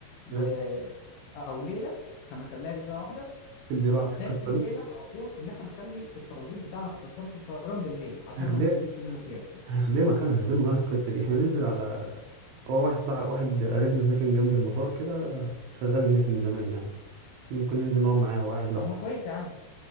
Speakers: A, on the left (about 75°); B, on the right (about 75°).
A: و
B: ماشي
A: او ليله هنخليها ليله واحده
B: اكتب
A: وتاني
B: لي بقى على القصة
A: ليله
B: دي
A: على طول ان احنا نخلي الترانزيت بتاعنا في تذكره الطيران بالليل عشان
B: هخدمك
A: ما نتكلفش ليله زياده
B: هخدمك أنا هخدمك أنا في الحتة دي إحنا ننزل على هو واحد صح واحد قريبنا ساكن جنب المطار كده شغال هناك من زمان يعني ممكن ننزل نقعد معاه هو قاعد لوحده
A: طب ما كويس يا عم